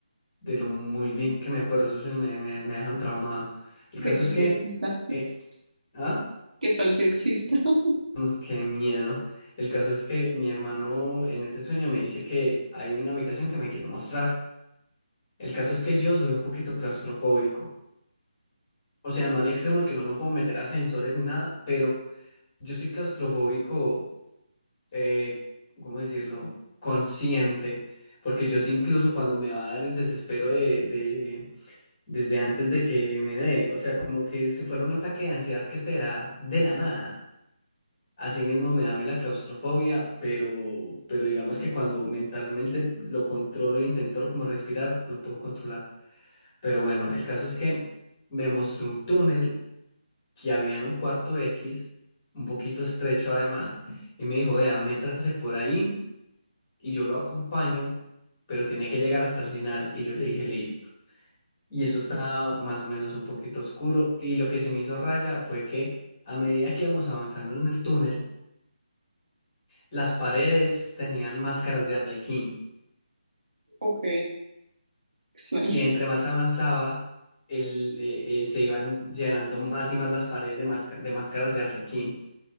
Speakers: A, on the left; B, on the right.
A: de lo muy bien que me acuerdo. Esos sueños me, me, me dejan traumado. El caso
B: ¿Qué tal
A: es que...
B: si exista?
A: eh, ¿ah?
B: ¿Qué tal si exista? <laughs>
A: Mm, Qué miedo. El caso es que mi hermano en ese sueño me dice que hay una habitación que me quiere mostrar. El caso es que yo soy un poquito claustrofóbico. O sea, no al extremo de que no me puedo meter a ascensores ni nada, pero yo soy claustrofóbico, eh, ¿cómo decirlo? Consciente. Porque yo sí incluso cuando me va a dar el desespero de, de- desde antes de que me dé, o sea, como que si fuera un ataque de ansiedad que te da de la nada. Asimismo me da a mí la claustrofobia, pero, pero digamos que cuando mentalmente lo controlo e intento como respirar, lo puedo controlar. Pero bueno, el caso es que me mostró un túnel que había en un cuarto X, un poquito estrecho además, y me dijo, vea, métase por ahí y yo lo acompaño, pero tiene que llegar hasta el final. Y yo le dije, listo. Y eso estaba más o menos un poquito oscuro. Y lo que se me hizo raya fue que a medida que íbamos avanzando en el túnel, Las paredes tenían máscaras de arlequín
B: Ok, extraño.
A: y entre más avanzaba, el, eh, eh, se iban llenando más y más las paredes de, masca- de máscaras de arlequín.